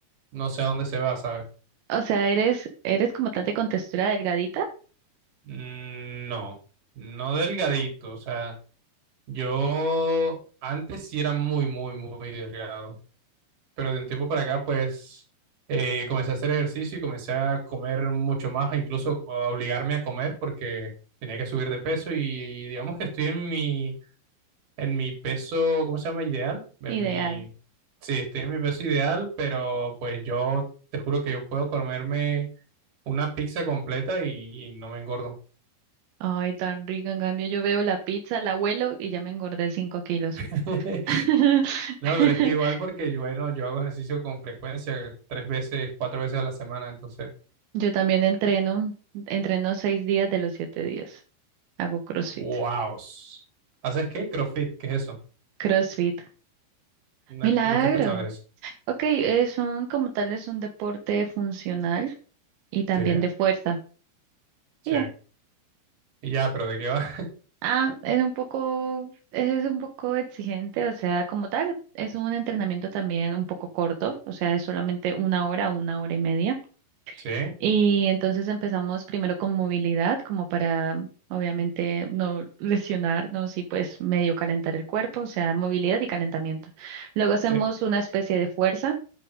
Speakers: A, on the right; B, on the right.
A: no sé a dónde se va, ¿sabes?
B: O sea, eres, eres como tal de contextura delgadita,
A: Mm, No, no delgadito, o sea, yo antes sí era muy, muy, muy delgado, pero de un tiempo para acá pues eh, comencé a hacer ejercicio y comencé a comer mucho más, incluso a obligarme a comer porque tenía que subir de peso y digamos que estoy en mi en mi peso, ¿cómo se llama? Ideal. En
B: ideal.
A: mi, sí, estoy en mi peso ideal, pero pues yo te juro que yo puedo comerme una pizza completa y, y no me engordo.
B: Ay, tan rica. En cambio, yo veo la pizza, la huelo y ya me engordé 5 kilos.
A: <laughs>
B: <laughs>
A: No, pero es que igual porque bueno, yo hago ejercicio con frecuencia, tres veces, cuatro veces a la semana, entonces,
B: Yo también entreno, entreno seis días de los siete días. Hago CrossFit.
A: wow. ¿Haces qué? CrossFit, ¿qué es eso?
B: CrossFit.
A: No
B: Milagro.
A: he- nunca he escuchado de eso.
B: Ok, eh, son como tal es un deporte funcional y también
A: Sí,
B: de fuerza.
A: sí.
B: Y ya.
A: Y ya, pero ¿de qué va?
B: Ah, es un poco, es un poco exigente, o sea, como tal, es un entrenamiento también un poco corto, o sea, es solamente una hora, una hora y media.
A: <laughs> Sí,
B: Y entonces empezamos primero con movilidad, como para obviamente no lesionarnos y pues medio calentar el cuerpo, o sea, movilidad y calentamiento. Luego hacemos
A: sí.
B: una especie de fuerza